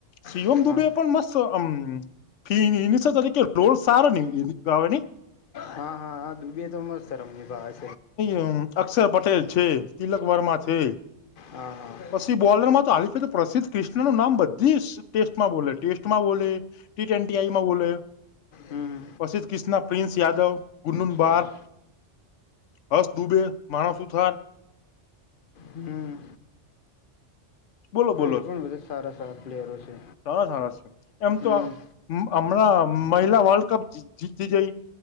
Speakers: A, on the left (about 75°); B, on the left (about 55°).
A: શિવમ
B: હા
A: દુબે પણ મસ્તમ ફ તરીકે ડોલ સારો નની એ ગવા ની
B: હા હા હા ડૂબી તો મસ્ત અમની ભ
A: અ અક્ષર પટેલ છે, તિલક વર્મા છે
B: હા હા
A: પછી બોલર માં તો હાલીફે તો પ્રસદ્ધ ક્રિષ્ણનું નામ બધી ટેસ્ટમાં બોલે ટેસ્ટમાં બોલે ટી ટ આઈમાં બોલે
B: હમ
A: પછી જ કિના પ્રિંસ યાદવ ગુનૂન બાર
B: હા
A: હસ દુબે માણસું થાર
B: હમ્મ
A: બોલો બોલોાર
B: એ પણ બધા સારા સારા પ્લેયરો છે
A: સાર છે, એમ
B: હમ
A: તો હમણાં મહિલા વર્લ્ડ કપ જીતી જઈ.